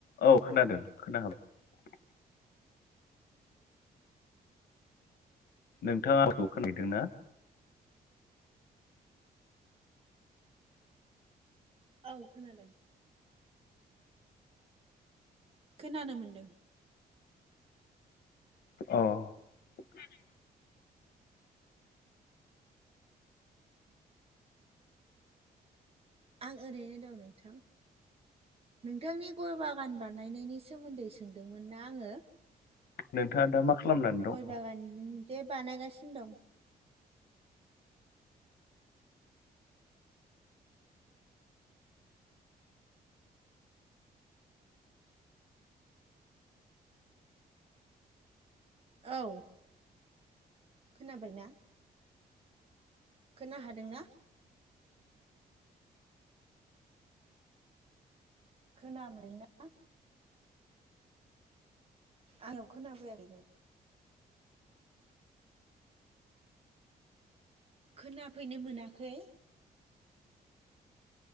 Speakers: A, on the left (about 80°); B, on the right (about 40°).
A: औ खोनादों खोना हाबाय नोंथाङा आंखौ खोनायदोंना।
B: औ खोनादों खोनानो मोनदों।
A: अ खोनादों
B: आं ओरैनो दं नोंथां नोंथांनि गय बागान बानायनायनि सोमोन्दै सों सोंदोंमोन ना आङो
A: नोंथाङा दा मा खालामनानै दं?
B: गय बागान जे बानायगासिनो दं। औ खोनाबाय ना खोना हादोंना खोनाबाय ना आंनियाव खोना फैयाखै नो खोनाफैनो मोनाखै